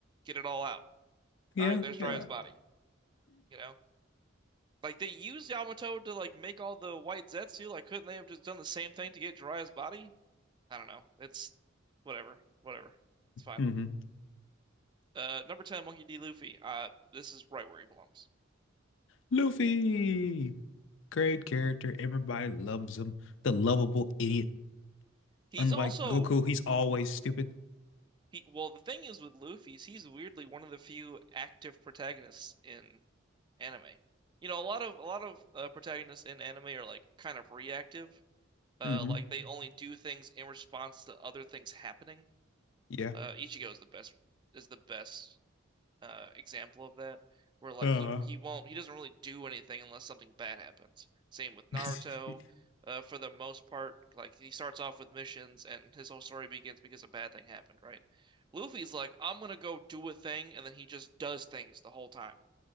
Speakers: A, on the right; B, on the left.
A: get it all out.
B: Yeah,
A: All right, there's Jiraiya's
B: yeah.
A: body, you know? Like they used Yamato to like make all the white Zetsu, like couldn't they have just done the same thing to get Jiraiya's body? I don't know. It's whatever, whatever. It's fine.
B: hmm
A: Uh, number 10, Monkey D. Luffy. Uh, this is right where he belongs.
B: Luffy, great character. Everybody loves him. The lovable idiot.
A: He's
B: Unlike
A: also
B: Goku, he's always stupid.
A: he, well, the thing is with Luffy is he's weirdly one of the few active protagonists in anime. You know, a lot of a lot of uh, protagonists in anime are like kind of reactive. Uh,
B: hmm
A: like they only do things in response to other things happening.
B: Yeah.
A: Uh, Ichigo is the best is the best uh, example of that, where like
B: Uh-huh.
A: he he won't he doesn't really do anything unless something bad happens. Same with Naruto,
B: <laughs>
A: uh, for the most part, like he starts off with missions and his whole story begins because a bad thing happened, right? Luffy's like, I'm gonna go do a thing, and then he just does things the whole time.